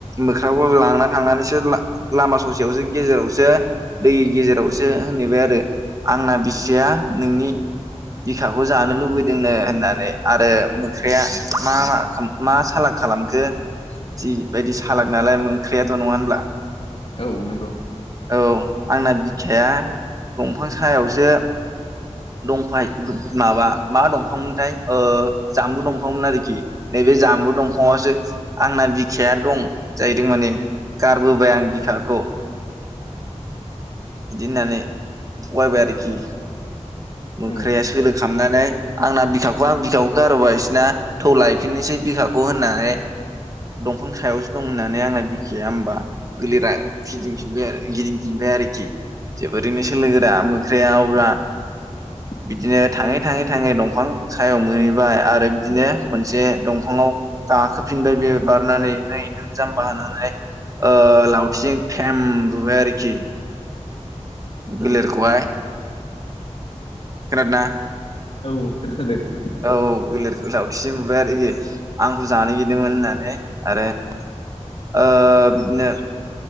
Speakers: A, on the right (about 30°); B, on the left (about 55°).
A: बोख्राखौ लांना थांनानैसो लामा स सेयावसो गेजेरावसो दै गेजेरावसो होनहैबाय आरो आंना बिसिया नोंनि बिखाखौ जानो लुबैदोंनो होननानै आरो मोख्राया मा मा मा सालाग खालामखो जिबायदि सालाग नालाय मोख्रयाथ' नङा होनब्ला
B: औ नंगौ
A: औ आंना बिखाया दंफां सायावसो दंफाय माबा मा दंफांमोनथाय ओ जामबु दंफांमोन आरोखि नैबे जामबु दंफाङावसो आंना बि खाया दं जाहैदों माने गारबोबाय आं बिखाखौ बिदि होननानै थगायबाय आरोखि मोख्राया
B: उम
A: सोलो खालामनानै आंना बिखाखौ आं बिखाखौ गारहरबायसोना थौ लायफिननोसै बिखाखौ होननानै दंफां सायावसो दं होननानै आंना बिखाया होमबा गोरलैा फिदिं फिनबाय आरो गिदिंफिनबाय आरोखि जोबोरैनो सोलो गोरा मोख्रा अब्ला
B: <inaudible>
A: बिदिनो थाङै थाङै थाङै दंफां सायाव मोनहैबाय आरो बिदिनो खनसे दंफाङाव गाखोफिनबाय बि बारनानै ओमफ्राय जाम्बा हानानै ओ लावथिजों <unintelligible> बुबाय आरोखि गोलेरखौहाय
B: उम
A: खोनादोंना
B: औ खोनादों
A: औ गोलिरखौ लावथिजों बुबाय आरो आंखौ जानोगिरदोंमोन होननानै आरो ओ बिदिनो